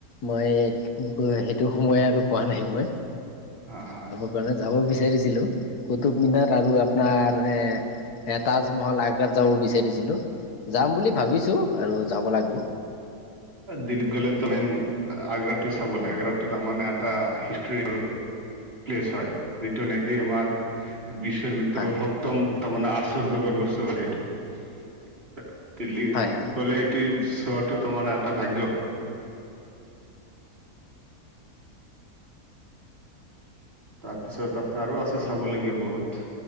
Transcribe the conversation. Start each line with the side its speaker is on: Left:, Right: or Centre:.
Left: মই সেইটো সময় আৰু পোৱা নাই মই।
Right: হা-হা।
Left: মানে যাব বিচাৰিছিলোঁ কুটুব মিনাৰ আৰু আপোনাৰ এ এ তাজমহল আগ্ৰাত যাব বিচাৰিছিলোঁ যাম বুলি ভাবিছোঁ আৰু যাব লাগিব।
Right: দিল্লীত গ'লেতো <unintelligible> আগ্ৰাটো চাব লাগে আগ্ৰাটো তাৰ মানে এটা হিষ্টৰিকেল প্লেছ হয় যিটো নেকি আমাৰ বিশ্বৰ ভিতৰত
Left: হয়
Right: সপ্তম তাৰমানে আশ্বৰ্যকৰ বস্তু হয় এইটো দিল্লী
Left: হয় হয়
Right: গ'লে সেইটো চোৱাটো তাৰমানে এটা ভাগ্য। তাৰপিছত তাত আৰু আছে চাবলগীয়া বহুত।